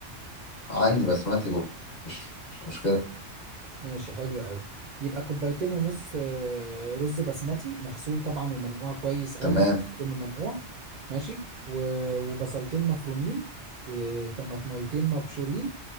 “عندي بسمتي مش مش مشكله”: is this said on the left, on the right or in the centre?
Left